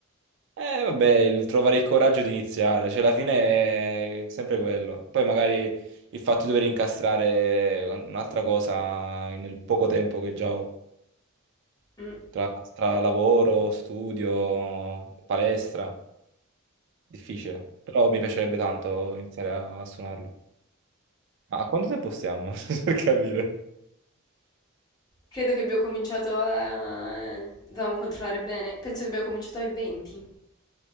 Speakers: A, on the right; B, on the left.
A: Eh, vabbè, il trovare il coraggio di iniziare, cioè alla fine è sempre quello. Poi magari il fatto di dover incastrare un'altra cosa nel poco tempo che già ho,
B: Mm.
A: tra, tra lavoro, studio, palestra, difficile. Però mi piacerebbe tanto iniziare a suonarlo. Ma a quanto tempo stiamo? <laughs> Per capire.
B: Credo che abbiamo cominciato a... eh, Dovevamo controllare bene. Penso che abbiamo cominciato ai 20.